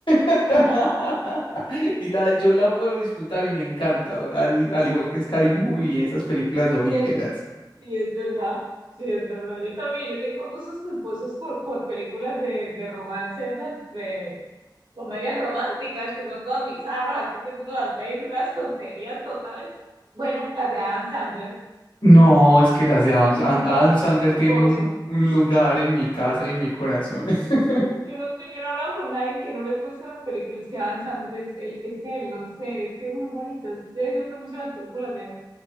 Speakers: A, on the left; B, on the right.
A: <laughs>
B: <laughs>
A: y la, yo la puedo disfrutar y me encanta, al, al igual que Scary Movie y esas películas domingueras.
B: Sí, es, sí, es verdad. Sí, es verdad. Yo también, yo tengo gustos culposos por, por películas de, de romance, esas de comedias románticas, que son todas bizarras, así que tú no las ves, y son unas tonterías totales. Bueno, las de Adam Sandler,
A: No, es que las de Adam, An-
B: es mi
A: Adam
B: gusto
A: Sandler
B: culposo.
A: tiene un, un
B: <laughs>
A: lugar en mi casa y en mi corazón. <laughs>
B: Yo no, sé, yo no he hablado con nadie que no les gustan las películas que Adam Sandler es, él, es él, no sé, es que es muy bonito. Yo disfruto mucho las películas de él.